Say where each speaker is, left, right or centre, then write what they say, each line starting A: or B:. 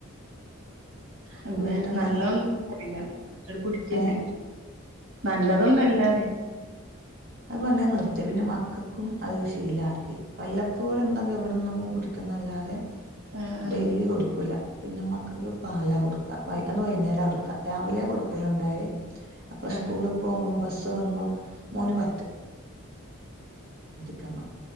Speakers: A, on the right (about 80°); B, on the right (about 45°).
A: പിന്നെനല്ലൊന്നുല്ല
B: വീട്ടിൽ നിന്ന്
A: ആണ്ട് കുടിക്കെന്നെ
B: ഏ
A: നല്ലതോന്നല്ലറിയ
B: അത് പണ്ടെനിർത്തി പിന്നെ മക്കക്കും അത് ഒരു ശീലാക്കി വല്ലപ്പോഴെന്തെഗ് ഇവിടെന്നെങ്ങുംകുടിക്കുന്നെല്ലാതെ
A: ആഹ്
B: ഡെയിലികുടിക്കൂലപിന്നെ
A: ആഹ്
B: മക്കക്ക്പാലകൊടുക്കഅയി വൈന്നേരാർ രാവിലെയെകൊടുക്കല്ണ്ടായി അപ്പസ്കൂളിള്പോമ്പോം
A: ആഹ്
B: ബസ് വന്നും മോന് പ ക്കന്ന്